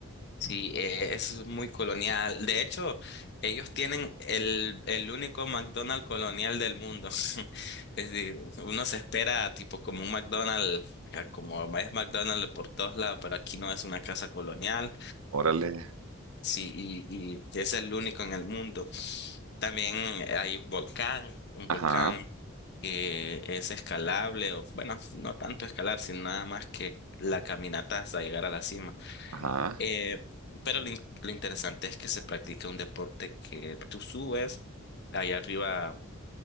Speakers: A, on the left (about 50°); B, on the right (about 85°).
A: sí, eh, es muy colonial. De hecho, ellos tienen el, el único McDonald's colonial del mundo. <laughs> Es decir, uno se espera tipo como un McDonald's, eh, como es McDonald's por todos lados, pero aquí no es una casa colonial.
B: Órale.
A: Sí, y, y es el único en el mundo. También hay un volcán, un
B: Ajá,
A: volcán que es escalable, o bueno, no tanto escalar, sino nada más que la caminata hasta llegar a la cima.
B: ajá,
A: Eh, pero lo, in- lo interesante es que se practica un deporte que tú subes, allá arriba